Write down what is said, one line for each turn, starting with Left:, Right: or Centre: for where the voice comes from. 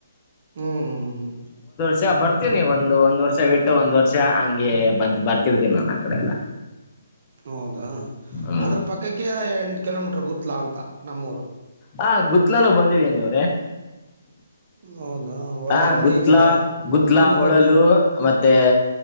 Right: ಹು ಹು ಹು ಹು ಹು
Left: ಸ ಬರ್ತೀನಿ ಒಂದು ಒಂದ್ ವರ್ಷ ಬಿಟ್ಟು ಒಂದ್ ವರ್ಷ ಹಂಗೆ ಬಂದ್ ಬರ್ತಿವಿ ನಾ ಆ ಕಡೆ ಎಲ್ಲ
Right: ಹಕು ಹೌದಾ ಹ
Left: ಹ್ಮ್
Right: ಅದ್ರ ಪಕ್ಕಕ್ಕೆ ಎಂಟ ಕಿಲೋಮೀಟರ್ ಗೊತ್ಲಾ ಅಂತ ನಮ್ಮೂರು
Left: ಹಾ ಗೂತ್ಲಾನು ಬಂದಿದೆನಿವ
Right: ಹೌದಾ ವರದಾನ
Left: ಹಾ
Right: ನದಿ
Left: ಗತ್ಲಾ
Right: ಐತಲ್ಲ
Left: ಗತ್ಲಾ
Right: ತುಂಗಭದ್ರ
Left: ಹೊಳಲು ಮತ್ತೆ